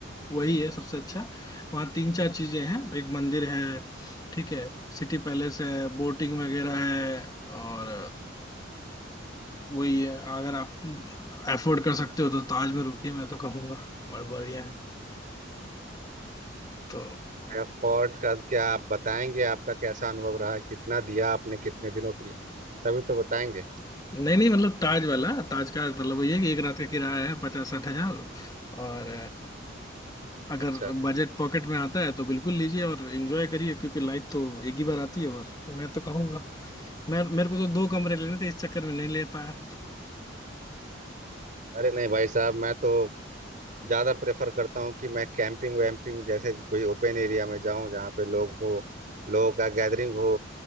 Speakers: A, on the left (about 20°); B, on the right (about 45°).
A: वही है सबसे अच्छा वहाँ तीन चार चीजें हैं एक मंदिर है ठीक है सिटी पैलेस है बोटिंग वगैरह है और वही है अगर आप अफोर्ड कर सकते हो तो ताज में रुकिए मैं तो कहूंगा बड़ा बढ़िया है तो
B: फोर्ट का क्या आप बताएंगे आपका कैसा अनुभव रहा कितना दिया आपने कितने दिनों के लिए तभी तो बताएंगे
A: नहीं नहीं मतलब ताज वाला ताज का मतलब वही है कि एक रात का किराया है पचास साठ हजार और अगर
B: अच्छा
A: बजट पॉकेट में आता है तो बिल्कुल लीजिए और एंजॉय करिए क्योंकि लाइफ तो एक ही बार आती है और मैं तो कहूंगा मैं मेरे को तो दो कमरे लेने थे इस चक्कर में नहीं ले पाया
B: अरे नहीं भाई साहब मैं तो ज्यादा प्रेफर करता हूँ कि मैं कैंपिंग वैम्पिंग जैसे कोई ओपन एरिया में जाऊं जहाँ पे लोग हो लोगों का गैदरिंग हो